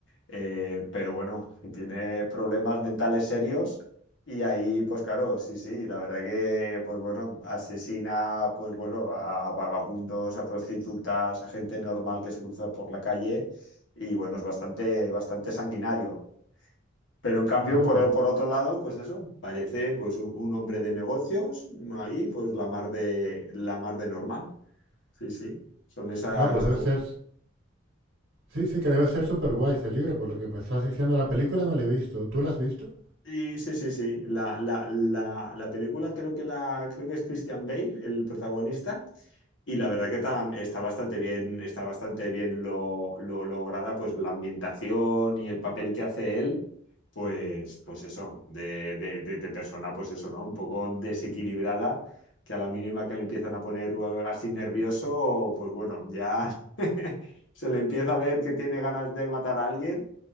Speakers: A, on the left; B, on the right.
A: eh, pero bueno, que tiene problemas mentales serios. Y ahí, pues claro, sí, sí, la verdad que, pues bueno, asesina, pues bueno, a a vagabundos, a prostitutas, a gente normal que se cruza por la calle y bueno, es bastante, bastante sanguinario. Pero en cambio,
B: Madre
A: por,
B: mía.
A: por otro lado, pues eso, parece pues un, un hombre de negocios, ahí pues la mar de, la mar de normal. Sí, sí, son esas,
B: Ah, pues debe
A: co-
B: ser Sí, sí, que debe ser súper guay ese libro, por lo que me estás diciendo. La película no la he visto. ¿Tú la has visto?
A: Sí, sí, sí, sí. La, la, la, la película creo que la, creo que es Christian Bale, el protagonista. Y la verdad que tam- está bastante bien, está bastante bien lo, lo lograda, pues la ambientación y el papel que hace él, pues, pues eso, de, de, de- de persona, pues eso, ¿no? Un poco desequilibrada, que a la mínima que le empiezan a poner uh, así nervioso, pues bueno, ya <laughs> se le empieza a ver que tiene ganas de matar a alguien